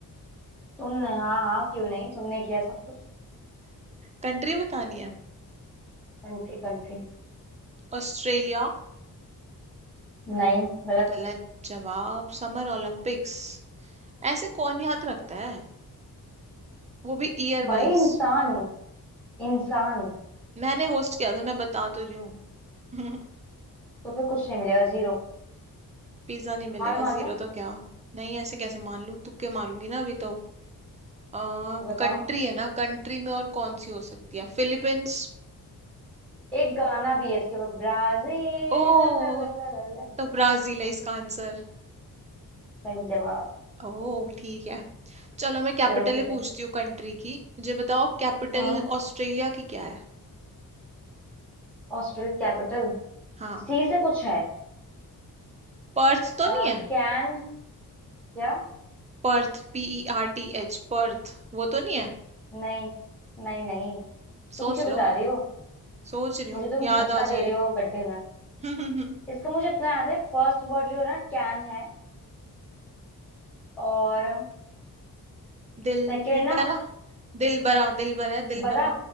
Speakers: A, in the centre; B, on the right.
A: तुमने हाँ हाँ क्यों नहीं तुमने किया सब कुछ
B: कंट्री बतानी है
A: Country country
B: ऑस्ट्रेलिया
A: नहीं गलत
B: गलत जवाब समर ओलंपिक्स ऐसे कौन याद रखता है वो भी ईयर वाइज
A: भाई इंसान इंसान
B: मैंने होस्ट किया था मैं बता तो रही हूँ <laughs>
A: तो फिर कुछ नहीं मिलेगा जीरो
B: पिज्जा नहीं मिलेगा
A: हार मान
B: जीरो
A: लो
B: तो क्या नहीं ऐसे कैसे मान लूं तुक्के मारूंगी ना अभी तो आ,
A: तो बताओ
B: कंट्री है ना कंट्री में और कौन सी हो सकती है फिलीपींस
A: एक गाना भी है इसके ऊपर ब्राजील
B: ओ
A: ला ला ला ला ला ला।
B: तो ब्राजील है इसका आंसर
A: सही जवाब
B: ओह ठीक है चलो मैं कैपिटल
A: चलो पूछो
B: ही पूछती हूँ कंट्री की मुझे बताओ कैपिटल
A: हम्म
B: ऑस्ट्रेलिया की क्या है
A: ऑस्ट्रेलिया कैपिटल
B: हाँ
A: सी से कुछ है
B: पर्थ तो
A: आ,
B: नहीं है
A: कैन क्या
B: Perth P E R T H Perth वो तो नहीं है
A: नहीं नहीं नहीं
B: सोच
A: तुम क्यों बता
B: लो
A: रही हो
B: सोच रही
A: मुझे
B: हूँ
A: तुम
B: याद
A: धक्का
B: आ
A: दे
B: जाए
A: रही हो गड्ढे में
B: <laughs> हम्म
A: इसका मुझे इतना याद है फर्स्ट वर्ड जो है ना कैन है और
B: दिलबरा
A: सेकेंड ना
B: दिलबरा दिलबरा है दिलबरा
A: बरा